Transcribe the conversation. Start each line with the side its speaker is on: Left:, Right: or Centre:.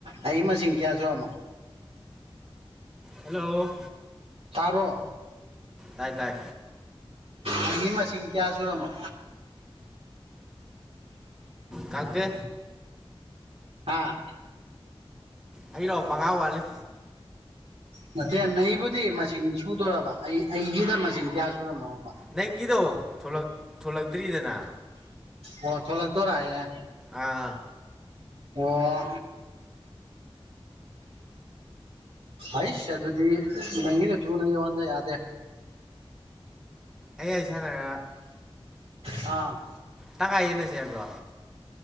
Right: ꯑꯩꯒꯤ ꯃꯁꯤꯡ ꯀꯌꯥ ꯁꯨꯔꯃꯃꯣ
Centre: ꯍꯜꯂꯣ
Right: ꯇꯥꯕ꯭꯭꯭ꯔꯣ
Centre: ꯇꯥꯏ ꯇꯥꯏ
Right: ꯑꯩꯒꯤ ꯃꯁꯤꯡ ꯀꯌꯥ ꯁꯨꯔꯝꯃꯣ
Centre: ꯈꯪꯗꯦ
Right: ꯍꯥꯥ
Centre: ꯑꯩꯔꯣ ꯃꯉꯥ ꯋꯥꯠꯂꯤ
Right: ꯃꯗꯤ ꯌꯥꯝ ꯅꯕꯨꯗꯤ ꯃꯆ ꯁꯨꯗꯣꯏꯔꯕ ꯑꯩ ꯑꯩꯒꯤꯅ ꯃꯁꯤꯡ ꯀꯌꯥ ꯁꯨꯔꯃꯣ
Centre: ꯅꯪꯒꯤꯗꯣ ꯊꯣꯂꯛ ꯊꯣꯂꯛꯇ꯭ꯔꯤꯗꯅ
Right: ꯑꯣ ꯊꯣꯂꯛꯇꯣꯔꯥ ꯍꯌꯦꯡ
Centre: ꯑꯥ
Right: ꯑꯣ ꯍꯩꯁ ꯑꯗꯨꯗꯤ ꯅꯪꯒꯤꯗꯣ ꯊꯨꯅ ꯌꯧꯍꯟꯗ ꯌꯥꯗꯦ
Centre: ꯑꯩ ꯑꯩ ꯁꯥꯟꯅꯔ
Right: ꯑꯥ
Centre: ꯇꯪꯈꯥꯢ ꯌꯦꯟꯅꯁꯦ ꯍꯥꯢꯕ꯭ꯔꯣ